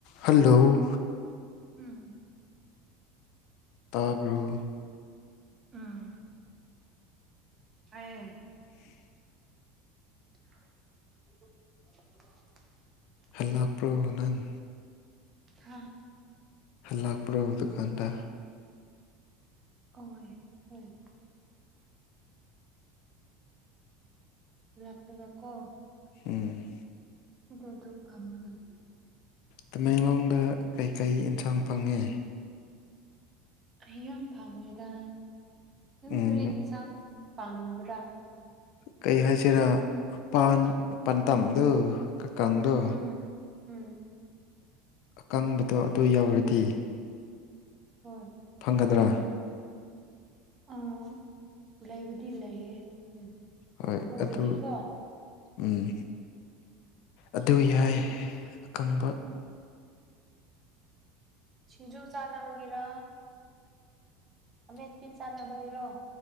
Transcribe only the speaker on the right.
ꯎꯝ
ꯎꯝ ꯇꯥꯌꯦ
<unintelligible>
ꯍꯥꯥ
ꯑꯣꯏ ꯍꯩ ꯫ ꯍꯜꯂꯛꯇꯔ꯭ꯒꯀꯣ
ꯁꯤꯗ ꯑꯗꯨꯝ ꯐꯝꯔꯒ ꯂꯩ
ꯑꯩ ꯌꯥꯝ ꯐꯪꯉꯦꯗꯥ ꯅꯪ
ꯀꯔꯤ ꯢꯟꯁꯥꯡ ꯄꯥꯝꯕ꯭ꯔꯥ
ꯎꯝ ꯎꯝ
ꯍꯣꯏ
ꯑꯥ ꯂꯩꯕꯗꯤ ꯂꯩꯌꯦ ꯎꯝ
ꯎꯔꯗꯤꯀꯣ
ꯑꯣ ꯁꯤꯡꯖꯨ ꯆꯥꯅꯕꯒꯤꯔꯥ ꯑꯃꯦꯠꯄꯤ ꯆꯥꯟꯅꯕꯒꯤꯔꯣ